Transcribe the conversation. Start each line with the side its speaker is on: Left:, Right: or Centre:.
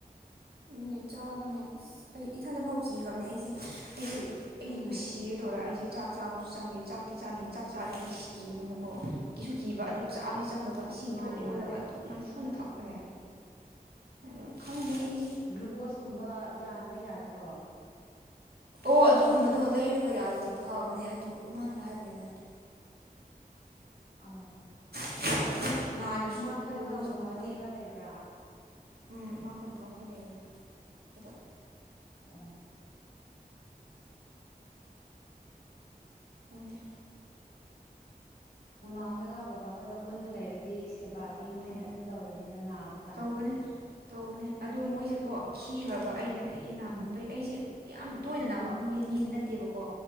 Right: ꯎꯝ ꯆꯥꯕꯅꯦ ꯑꯁ ꯑꯩ ꯏꯊꯟꯗ ꯐꯥꯎ ꯀꯤꯈ꯭ꯔꯝꯅꯦ ꯑꯩꯁꯦ ꯑꯩꯁꯦ ꯑꯩꯒ
Left: ꯎꯝ
Right: ꯁꯤꯒꯗꯧꯔꯥ ꯑꯩꯁ ꯆꯥꯛ ꯆꯥꯕꯁꯨ ꯆꯪꯗꯦ ꯆꯥꯛꯇꯤ ꯆꯥꯅꯤꯡꯉꯤ ꯆꯥꯛ ꯆꯥꯗ꯭ꯔꯗꯤ ꯁꯤꯅꯤꯅꯀꯣ ꯀꯤꯁꯨ ꯀꯤꯕ ꯑꯗꯨ ꯆꯥꯕ ꯆꯪꯗꯕ ꯏꯁꯤꯡ
Left: ꯃꯥꯅꯦ
Right: ꯌꯣꯠ ꯌꯣꯠꯂꯒ
Left: ꯃꯥꯅꯦ
Right: ꯑꯗꯨꯝ ꯅꯝꯐꯨꯅ ꯊꯛꯄꯅꯦ ꯑꯗꯨ ꯈꯪꯗꯦ ꯑꯩ
Left: ꯒ꯭ꯂꯨꯀꯣꯁꯀꯨꯝꯕ ꯌꯥꯟꯕ ꯌꯥꯗ꯭ꯔꯣ
Right: ꯑꯣ ꯑꯗꯨꯒꯨꯝꯕꯗꯣ ꯂꯩꯔꯒ ꯌꯥꯜꯂꯗꯤ ꯐꯕꯅꯦ ꯑꯗꯨ ꯏꯃꯥꯅꯁꯨ ꯍꯥꯏꯕꯅꯤ ꯅꯍꯥꯟ
Left: ꯑ
Right: ꯑꯣ ꯑꯗꯨꯝ ꯅꯥꯗ꯭ꯔꯁꯨ
Left: ꯏꯃꯥ ꯈꯣꯏꯒ
Right: ꯒ꯭ꯂꯨꯀꯣꯁꯒꯨꯝꯕꯗꯤ
Left: ꯕꯕꯥꯍꯣꯏꯒ ꯂꯩꯕ꯭ꯔꯥ
Right: ꯎꯝ ꯏꯃꯥꯈꯣꯏ ꯕꯕꯥꯈꯣꯏ ꯂꯩꯕꯅꯦ ꯑꯗꯣ
Left: <inaudible>
Right: ꯅꯪꯗꯤ
Left: ꯃꯃꯥꯍꯣꯏꯒ ꯕꯕꯥꯍꯣꯏꯒ ꯄꯨꯟꯅ ꯂꯩꯔꯗꯤ ꯁꯦꯕꯥꯗꯤ ꯃꯣꯏꯅ
Right: ꯎꯝ
Left: ꯑꯗꯨꯝ ꯇꯧꯔꯅꯤꯕ ꯅꯥꯕ ꯀꯥꯟꯗ
Right: ꯇꯧꯕꯅꯦ ꯇꯧꯕꯅꯦ ꯑꯗꯨ ꯃꯣꯏꯁꯦꯀꯣ ꯈꯤꯈ꯭ꯔꯕ ꯑꯩꯅ ꯑꯩ ꯅꯥꯝꯃꯟꯕꯩ
Left: ꯎꯝ
Right: ꯑꯩꯁꯦ ꯌꯥꯝ ꯇꯣꯏꯅ ꯅꯥꯕ
Left: ꯑ
Right: ꯃꯤ ꯃꯤꯗꯤ ꯅꯠꯇꯦꯕꯀꯣ